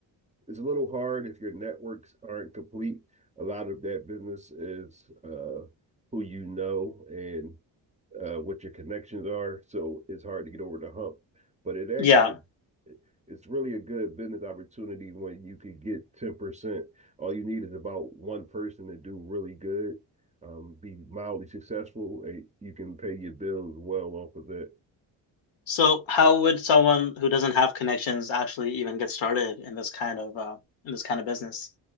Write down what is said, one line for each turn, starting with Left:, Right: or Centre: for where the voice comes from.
Right: it's a little hard if your networks aren't complete. A lot of that business is uh, who you know and uh, what your connections are. So it's hard to get over the hump. But it actually,
Left: Yeah.
Right: it's really a good business opportunity when you could get 10%. All you need is about one person to do really good, um, be mildly successful, and you can pay your bills well off of that.
Left: So how would someone who doesn't have connections actually even get started in this kind of uh in this kind of business?